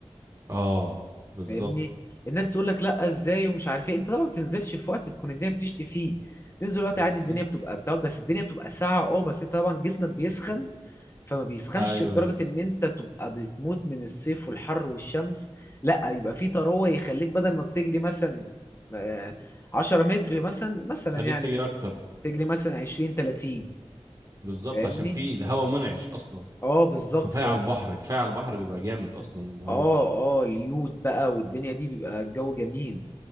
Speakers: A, on the right; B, on the left.
A: اه بالظبط
B: فاهمني الناس تقول لك لا ازاي ومش عارف ايه انت طبعا ما بتنزلش في وقت تكون الدنيا بتشتي فيه تنزل وقت
A: بالظبط
B: عادي الدنيا بتبقى بتقعد بس الدنيا بتبقى ساقعه اه بس انت طبعا جسمك بيسخن فما بيسخنش
A: ايوه
B: لدرجة ان انت تبقى بتموت من الصيف والحر والشمس لا يبقى في تروة يخليك بدل ما بتجري مثلا آه، عشرة متر مثلا مثلا
A: خليك
B: يعني
A: تجري اكتر
B: تجري مثلا عشرين تلاتين
A: بالظبط
B: فاهمني
A: عشان في هواء منعش اصلا
B: اه بالظبط
A: كفايه
B: ف
A: على
B: اه
A: البحر كفايه على البحر بيبقى جامد اصلا الهواء
B: اه اليود بقى والدنيا دي بيبقى الجو جميل